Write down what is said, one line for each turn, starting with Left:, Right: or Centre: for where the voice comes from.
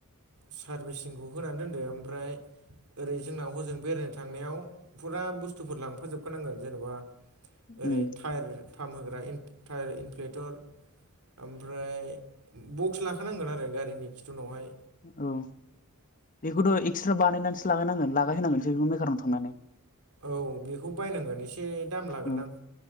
Right: सार्भिसिंखौ होनानै दोनदो ओमफ्राय ओरै जोंनाव हजों बेरायनो थांनायाव फुरा बुस्थुफोर लांफाजोबखानांगोन जेनबा
Left: उम
Right: ओरै टायेर फाम्प होग्रा इन टायार इनफ्लेटर ओमफ्राय बक्स लाखानांगोन आरो गारिनि खिथु उनावहाय
Left: औ बेखौथ' एक्सट्रा बानायनानैसो लागायनांगोन लागाय हैनांगोनसो बेखौ मेकारनाव थांनानै
Right: औ बेखौ बायनांगोन एसे दाम लागोनदां
Left: औ